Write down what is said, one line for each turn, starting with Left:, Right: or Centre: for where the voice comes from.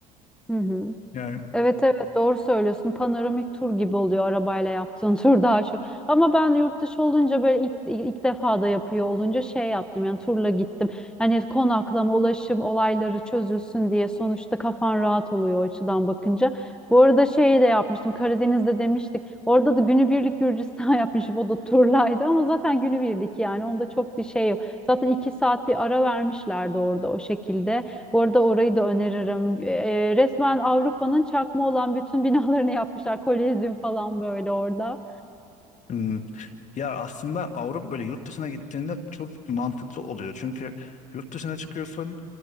Centre: Hı hı.
Left: Yani
Centre: Evet evet doğru söylüyorsun. Panoramik tur gibi oluyor arabayla yaptığın <laughs> tur daha çok. Ama ben yurt dışı olunca böyle ilk, ilk defa da yapıyor olunca şey yaptım yani turla gittim. Hani konaklama, ulaşım olayları çözülsün diye sonuçta kafan rahat oluyor o açıdan bakınca. Bu arada şeyi de yapmıştım Karadeniz'de demiştik. Orada da günübirlik Gürcistan <laughs> yapmışım o da turlaydı ama zaten günübirlik yani onda çok bir şey yok. Zaten iki saat bir ara vermişlerdi orada o şekilde. Bu arada orayı da öneririm. Ee, resmen Avrupa'nın çakma olan bütün <laughs> binalarını yapmışlar. Kolezyum falan böyle orada.
Left: hmm, Ya aslında Avrupa böyle yurt dışına gittiğinde çok mantıklı oluyor. Çünkü yurt dışına çıkıyorsun,